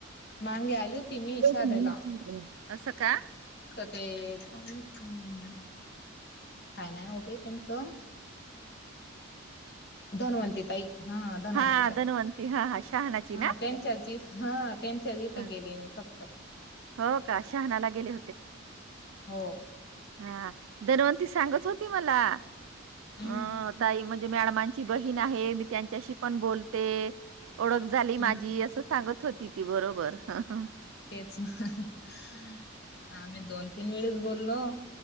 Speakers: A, on the left (about 50°); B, on the right (about 75°).
A: मांगे आली होती मी
B: हो.
A: इशाद्याला
B: असं का..
A: ते,,, कोण? काय नाय, उभे त्यांचंऽऽ धनवंती ताई,, हा धन्वंती
B: हां,
A: ताई,,
B: धन्वंती हां, हां, शहानाची
A: हा
B: ना?
A: त्यांच्या च,, हांऽऽ त्यांच्याच इथं
B: हां.
A: तर गेलीय मी फक्तऽ
B: हो का? शहानाला गेले
A: हो.
B: हा धनवंती सांगत होती मला,,
A: हम्म
B: अ ताई म्हणजे मॅडमांचीऽऽ बहीण आहे मी त्यांच्याशी पण बोलते,, ओळख झाली
A: हम्म
B: माझी, अस सांगऽऽ होती ती बरोबर.. हह
A: तेच ना, हह आम्ही दोन तीन वेळीच बोललोऽऽ